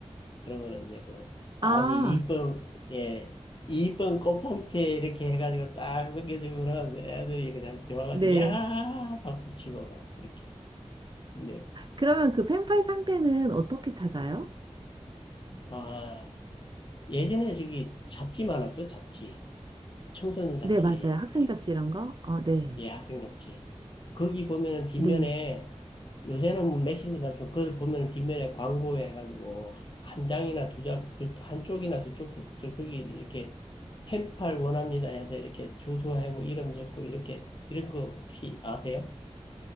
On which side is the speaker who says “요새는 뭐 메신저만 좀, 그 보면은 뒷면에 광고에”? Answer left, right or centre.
Left